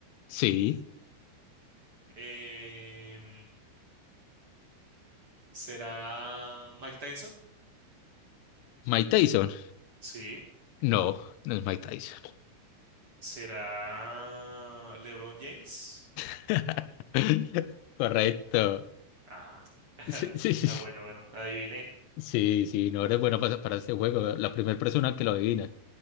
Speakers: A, on the left; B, on the right.
A: Sí.
B: Em, ¿será Mike Tyson?
A: Mike Tyson.
B: Sí.
A: No, no es Mike Tyson.
B: ¿Será LeBron James?
A: <laughs> Correcto.
B: Ah, <laughs>
A: Sí, sí, sí.
B: ah,
A: Sí,
B: bueno, bueno, adiviné.
A: sí, sí, no eres bueno para, para este juego. La primera persona que lo adivina.